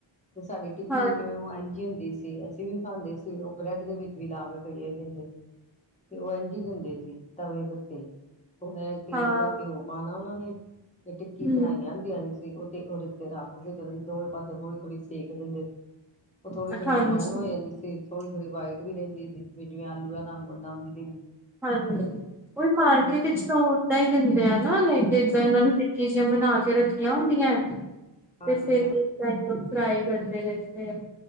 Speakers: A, on the left; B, in the centre.
A: ਤੇ ਸਾਡੀ ਟਿੱਕੀ
B: ਹਾਂ
A: ਜਿਵੇਂ ਉਹ ਐਨ ਜੀ ਹੁੰਦੀ ਸੀ। ਤੇ ਅਸੀਂ ਵੀ ਖਾਂਦੇ ਸੀ। ਉਹ ਬ੍ਰੈਡ ਦੇ ਵਿੱਚ ਵੀ ਲਾ ਕੇ ਕਈਏ ਦਿੰਦੇ ਸੀ ਤੇ ਉਹ ਇੰਝ ਦਿੰਦੇ ਸੀ। ਤਵੇ ਦੇ ਉੱਤੇ ਥੋੜ੍ਹਾ ਜ ਤੇਲ
B: ਹਾਂ
A: ਜਾਂ ਘਿਓ ਪਾਣਾ ਉਹਨਾਂ ਨੇ ਤੇ ਟਿੱਕੀ
B: ਹਮ
A: ਬਣਾਈਆਂ ਹੁੰਦੀਆਂ ਸੀ। ਉਹ ਤੇ ਉਹਦੇ ਤੇ ਰੱਖ ਕੇ ਚਲੋ ਜ ਦੋਵੇਂ ਪਾਸੇ ਥੋੜ੍ਹੀ-ਥੋੜ੍ਹੀ ਸੇਕ ਦਿੰਦੇ ਸੀ। ਉਹ ਥੋੜੀ-ਥੋੜੀ
B: ਹਾਂਜੀ
A: ਬਰਾਊਨ ਹੋ ਜਾਂਦੀ ਸੀ। ਥੋੜੀ-ਥੋੜੀ ਵਾਈਟ ਵੀ ਰਹਿੰਦੀ ਸੀ ਵੀ ਜਿਵੇਂ ਆਲੂ ਰੰਗ ਹੁੰਦਾ-ਹੁੰਦੀ ਤੇ ਵੀ
B: ਉਹ ਮਾਰਕੀਟ ਵਿਚ ਤਾਂ ਉਦਾਂ ਹੀ ਦਿੰਦੇ ਆ ਲੈਕੇ ਏਦਾਂ ਹੀ ਇਹਨਾਂ ਨੂੰ ਚੀਜੀਆਂ ਬਣਾ ਕੇ ਰੱਖੀਆਂ ਹੁੰਦੀਆਂ। ਤੇ
A: ਹਾਂਜੀ
B: ਫਿਰ ਇੱਕ ਡਾਊਨਲੋਡ। ਪੜਾਈ ਕਰਦੇ ਰਹਿੰਦੇ ਆ।